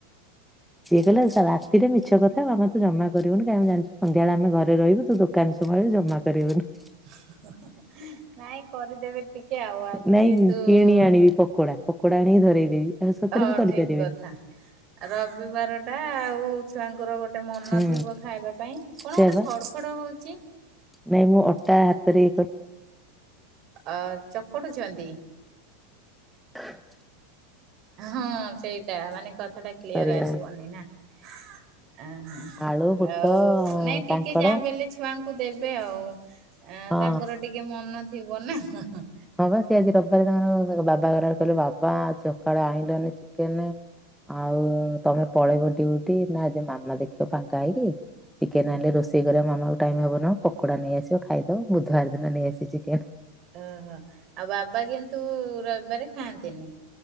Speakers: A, in the centre; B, on the right.
A: ଦେଲେ ରାତିରେ ମିଛ କଥା ଆମେ ତ ଜମା କରିବୁନୁ କା ଆମେ ଜାଣିଛୁ ସନ୍ଧ୍ୟାବେଳେ ଆମେ ଘରେ ରହିବୁ ତୁ ଦୋ କାନ ସୁଭା ଜାଉଛି ଜମା କରିବୁନୁ।
B: <unintelligible> ନାଇଁ କରିଦେବେ। ଟିକେ ଆଉ ଆଜି
A: ନାଇଁ
B: ଯେହେତୁ
A: କିଣି ଆଣିବି ପକଡା ପକଡା ଆଣିକି ଧରେଇଦେବି। ଆଉ ସତରେ
B: ହଁ
A: ବି କରିପାରିବେନି।
B: ଠିକି କଥା। ରବିବାର ଟା ଆଉ ଛୁଆଙ୍କର ଗୋଟେ ମନ
A: ହୁଁ
B: ଥିବ ଖାଇବା ପାଇଁ। କଣ
A: ସେଇଆ
B: ଗୋଟେ
A: ପା
B: ଖଡ ଖଡ ହଉଚି।
A: ନାଇଁ ମୁଁ ଅଟା ହାତରେ ଇଏ କ
B: ଅ ଚକୁଡୁଚନ୍ତି।
A: <unintelligible>
B: ହଁ ସେଇଟା ମାନେ କଥାଟା କ୍ଲିୟର
A: ସରିଗଲାଣି।
B: ଆସିବନି ନା। ଆ ହାଁ
A: ଆଳୁ ବୁଟ
B: ଆଉ ନାଇଁ ଟିକେ
A: କାଙ୍କଡ
B: ଯାହା ବି ହେଲେ ଯେ ଛୁଆଙ୍କୁ ଦେବେ ଆଉ
A: ହଁ।
B: ତାଙ୍କର ଏଁ ଟିକେ ମନ ଥିବ ନା ହାଁ ହାଁ।
A: ହଁ ବା ସିଏ ଆଜି ରବିବାରେ ତାଙ୍କର ବାବା <unintelligible> କହିଲେ ବାବା ସକାଳୁ ଆଇଁଲନି ଚିକେନେ। ଆଉ ତମେ ପଳେଇବ ଡିଉଟି ନା ଆଜି ମାମା ଦେଖିବ ଫାଙ୍କା ହେଇକି। ଚିକେନ
B: ହୁଁ
A: ଆଣିଲେ ରୋଷେଇ କରିବା ମାମା କୁ ଟାଇମି ହବନହବ ପକଡା ନେଇଆସିବ ଖାଇଦବ ବୁଧବାର ଦିନ ନେଇଆସିବ ଚିକେନେ।
B: ଉହୁଁ ଆଉ ବାବା କିନ୍ତୁ ରବିବାରେ ଖାଆନ୍ତିନି।